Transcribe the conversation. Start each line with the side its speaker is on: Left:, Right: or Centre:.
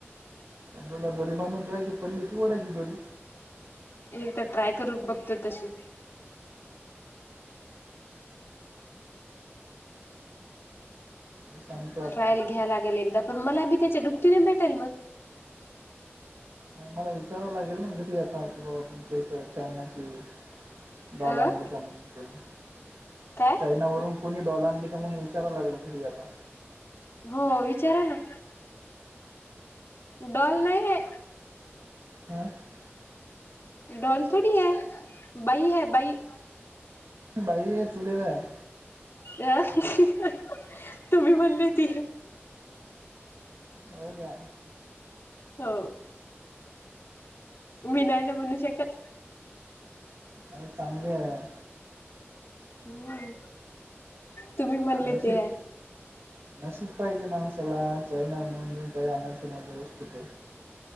Right: कबरेला दोरी बांधून ठेवायची, पडली की ओडायची दोरी.
Left: एकदा ट्राय करू बघतो तशी.
Right: मी सांगतो आता
Left: ट्रायल घ्याय लागेल एकदा, पण मला बी त्याच्या डुबटीने भेटेल मग.
Right: मला विचारावं लागेल ना, कीती तुमच्या हित चायनाची. डॉल
Left: अ
Right: आणली का <inaudible>
Left: काय
Right: चैनावररून. कोणी डॉल आणली का म्हणून विचारायला लागलं घरी आता.
Left: हो विचारा ना. डॉल नाही.
Right: हं?
Left: डॉल थोडी हाय, बाई हाय बाई.
Right: बाई हाय चुडेल हाय.
Left: ह तुम्ही म्हणली होती.
Right: हो का.
Left: हो. मी नाही ना म्हणू शकत.
Right: अ चांगले आहे.
Left: हम्म, तुम्ही म्हणले
Right: नशीब
Left: ते.
Right: नशीब पाहिजे माणसाला, चायना वरून म्हणून काय आणायचं वस्तू ते.